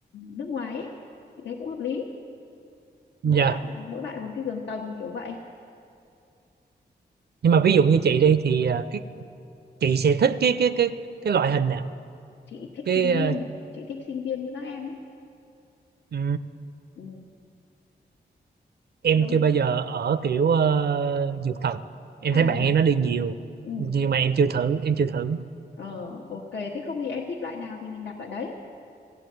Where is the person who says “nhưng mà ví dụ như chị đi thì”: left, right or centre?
Right